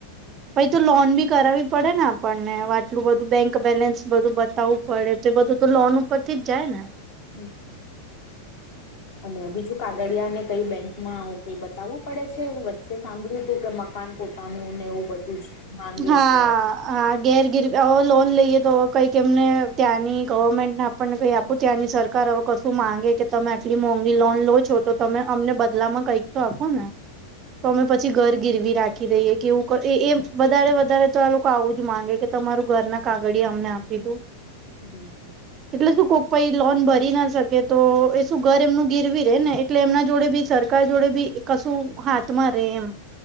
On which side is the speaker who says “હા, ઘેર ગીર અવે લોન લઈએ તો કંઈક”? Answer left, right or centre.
Right